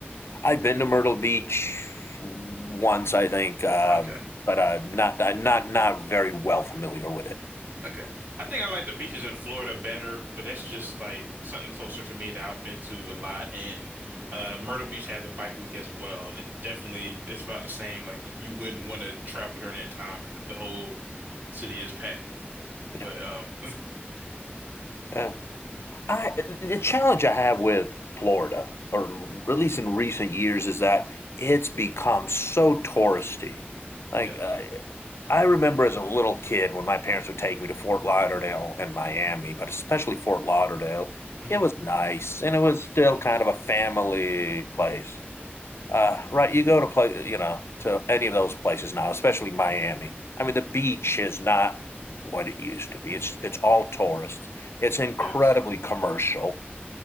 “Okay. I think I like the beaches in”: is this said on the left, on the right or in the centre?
Right